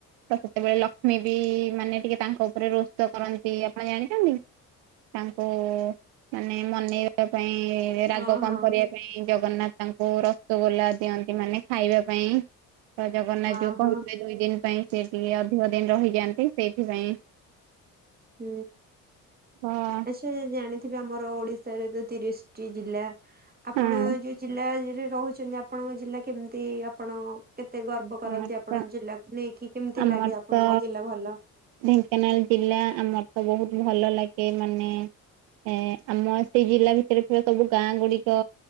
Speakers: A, on the right; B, on the right.
A: ତ ସେତେବେଳେ ଲକ୍ଷ୍ମୀ ବି ମାନେ ଟିକେ ତାଙ୍କ ଉପରେ ରୋଷ କରନ୍ତି, ଆପଣ ଜାଣିଛନ୍ତି? ତାଙ୍କୁ ମାନେ ମନେଇବା ପାଇଁ ରାଗ
B: ହଁ
A: କମ୍
B: ହଁ
A: କରିବା ପାଇଁ ଜଗନ୍ନାଥ ତାଙ୍କୁ ରସଗୋଲା ଦିଅନ୍ତି, ମାନେ ଖାଇବା ପାଇଁ। ତ ଜଗନ୍ନାଥ
B: ହଁ
A: ଯୋଉ
B: ହଁ
A: କହିିବଥିଲେ ଦୁଇ ଦିନ ପାଇଁ ସେି ଟିକେ ଅଧିକ ଦିନ ରହିଯାଆନ୍ତି ସେଇଥିପାଇଁ
B: ହୁଁ
A: ହଁ
B: ସେ ଜାଣିଥିବେ ଆମର ଓଡିଶାରେ ତ ତିରିଶଟି ଜିଲ୍ଲା। ଆପଣ
A: ହଁ
B: ଯୋଉ ଜିଲ୍ଲା ରେ ରହୁଛନ୍ତି, ଆପଣଙ୍କ ଜିଲ୍ଲା କେମିତି ଆପଣ କେତେ ଗର୍ବ କରନ୍ତି
A: ଆମର
B: ଆପଣଙ୍କ
A: ତ
B: ଜିଲ୍ଲାକୁ ନେଇକି, କେମିତି
A: ଆମର
B: ଲାଗେ ଆପଣଙ୍କ
A: ତ
B: ଜିଲ୍ଲା ଭଲ?
A: ଢେଙ୍କାନାଳ ଜିଲ୍ଲା, ଆମର ତ ବହୁତ ଭଲ ଲାଗେ ମାନେ ଏ ଆମ ସେଇ ଜିଲ୍ଲା ଭିତରେ ଥିବା ସବୁ ଗାଁ ଗୁଡିକ